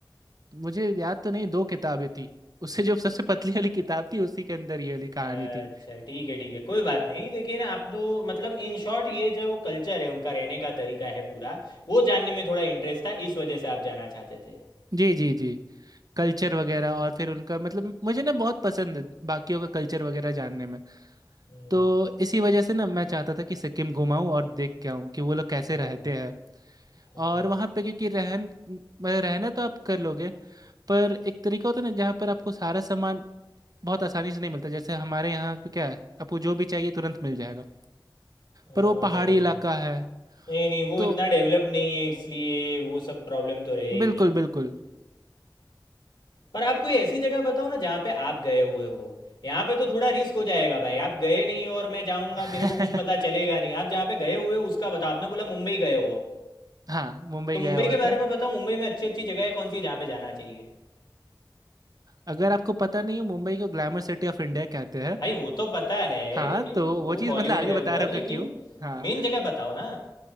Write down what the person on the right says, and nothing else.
मुझे याद तो नहीं दो किताबें थी उससे जो सबसे पतली वाली किताब थी उसी के अंदर ये वाली कहानी
थी
जी जी जी कल्चर वगैरह और फिर उनका मतलब मुझे ना बहुत पसंद है बाकियों का कल्चर वगैरह जानने में
तो इसी वजह से ना मैं चाहता था कि सिक्किम घुमाऊं और देख के आऊं कि वो लोग कैसे
रहते हैं
और वहाँ पे क्योंकि रहन मैं- रहना तो आप कर लोगे पर एक तरीका होता है ना जहाँ पर आपको सारा सामान बहुत आसानी से नहीं मिलता जैसे हमारे यहाँ पे क्या है आपको जो भी चाहिए तुरंत मिल जाएगा
पर वो पहाड़ी
इलाका है
तो
बिल्कुल बिल्कुल
<laughs>
हाँ मुंबई
गया हुआ
था
अगर आपको पता नहीं हो मुंबई को ग्लैमर सिटी ऑफ इंडिया कहते हैं
हाँ
तो
वो चीज़
मतलब आगे
बता
रहा हूँ कि
क्यों हाँ